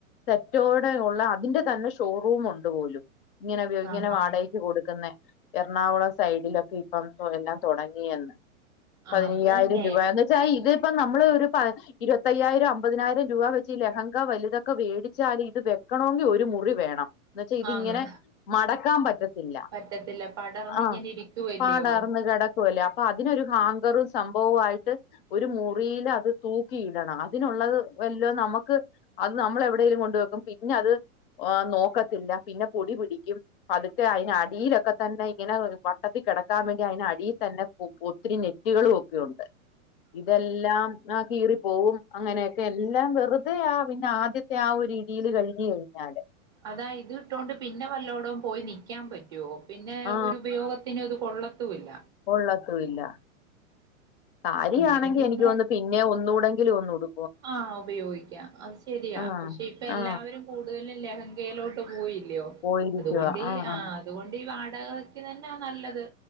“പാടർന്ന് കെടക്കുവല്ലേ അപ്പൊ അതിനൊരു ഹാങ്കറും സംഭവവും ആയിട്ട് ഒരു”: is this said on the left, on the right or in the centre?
Left